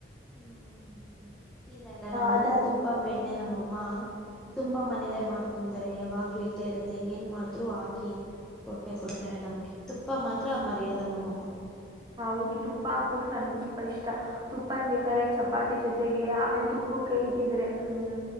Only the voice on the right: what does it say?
ಅದಾದ
ಹ್ಮ್
ಹ್ಮ್
ಹೌದು ತುಪ್ಪ ಹಾಕೊಂಡ್ರು
ನನ್ಗೂ ತುಪ್ಪ ಇಷ್ಟ ತುಪ್ಪನ್ ಬೇಕಾದ್ರೆ ಚಪಾತಿ ಜೊತೆಗೆ ಆಮೇಲ್ ತುಪ್ಪಕ್ಕೆ ಇದಿದ್ರೆ ಹ್ಮ್